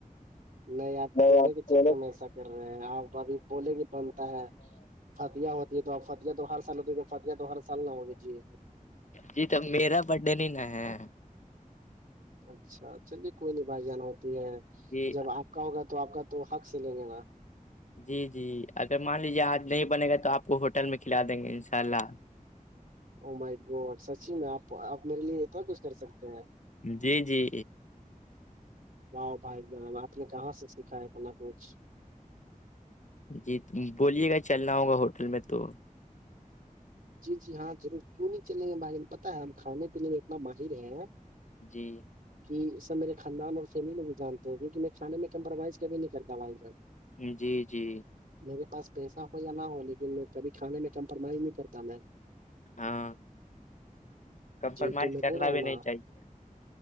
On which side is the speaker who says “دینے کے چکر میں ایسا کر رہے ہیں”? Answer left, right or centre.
Right